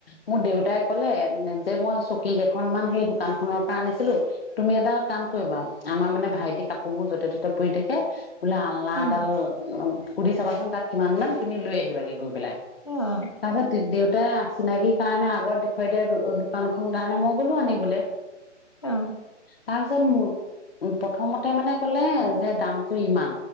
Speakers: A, on the left (about 50°); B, on the left (about 25°).
A: মোৰ দেউতাই কলে যে মই চকী কেইখনমান সেই দোকানখনৰ পৰা আনিছিলো তুমি এটা কাম কৰিবা আমাৰ মানে ভাইটি কাপোৰ বোৰ য'তে ত'তে পৰি থাকে বোলে আলনা
B: উম।
A: এডাল সুধি চাবাচোন তাত কিমান দাম তুমি লৈ আহিবাগে। গৈ পেলাই।
B: অ',
A: তাৰচত দেউ <unintelligible> চিনাকি কাৰণে আগত দেখুৱাই দিয়া দো-দোকান খন কাৰণে মই গলো আনিবলে।
B: অহ
A: তাৰপিছত ম-প্ৰথমতে মানে কলে যে দামটো ইমান